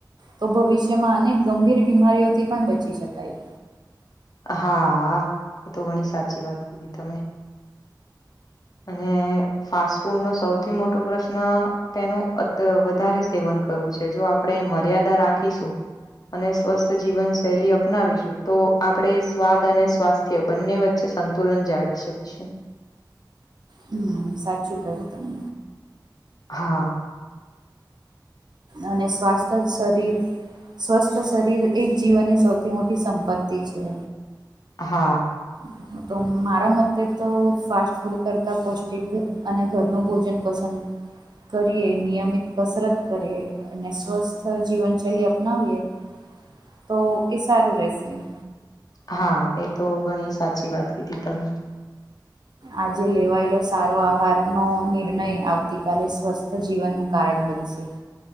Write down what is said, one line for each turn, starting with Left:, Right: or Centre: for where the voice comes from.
Right: તો ભવિષ્યમાં અનેક ગંભીર બીમારીઓથી પણ બચી શકાય.
Left: હા, એ તો ઘણી સાચી વાત કીધી તમે. અને ફાસ્ટ ફૂડનો સૌથી મોટો પ્રશ્ન તેનું અ વધારે સેવન કરવું છે જો આપણે મર્યાદા રાખીશું. અને સ્વસ્થ જીવન શૈલી અપનાવીશું તો આપણે સ્વાદ અને સ્વાસ્થ બંને વચ્ચે સંતુલન જાળવી શકીશું.
Right: હમ્મ સાચું કહ્યું તમે.
Left: હા.
Right: અને સ્વાસ્થ્ય શરીર સ્વસ્થ શરીર એ જ જીવનની સૌથી મોટી સંપત્તિ છે.
Left: હા.
Right: <inaudible> તો મારા મતે તો ફાસ્ટ ફૂડ કરતાં પૌષ્ટિક અને ઘરનું ભોજન પસંદ કરીએ નિયમિત કસરત કરીએ અને સ્વસ્થ જીવનશૈલી અપનાવીએ. તો એ સારું રેશે એમ.
Left: હા એ તો ઘણી સાચી વાત કીધી તમે.
Right: આજે લેવાયેલો સારો આહારનો નિર્ણય આવતીકાલે સ્વસ્થ સજીવનનું કારણ બનશે.